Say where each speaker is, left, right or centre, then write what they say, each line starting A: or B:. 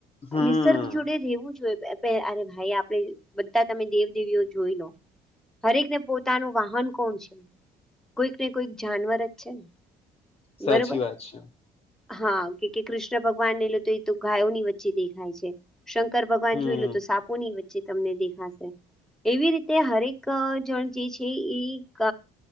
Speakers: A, on the left; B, in the centre.
A: હમ
B: નિસર્ગ જોડે રહેેવું જોઈએ પે પે અરે ભાઈ આપડે બધા તમે દેવ દેવીઓ જોઈ લો. હરેકને પોતાનું વાહન કોણ છે? કોઈક ને કોઈક જાનવર જ છે ને.
A: સાચી
B: બરોબર.
A: વાત છે.
B: હા કે કે કૃષ્ણ ભગવાન લઈ લો એ તો ગાયોની વચ્ચે દેખાય છે. શંકર ભગવાન
A: હમ
B: જોઈ લો તો સાપોની વચ્ચે તમને દેખાશે. એવી રીતે હરેક જણ જે છે ઈ ક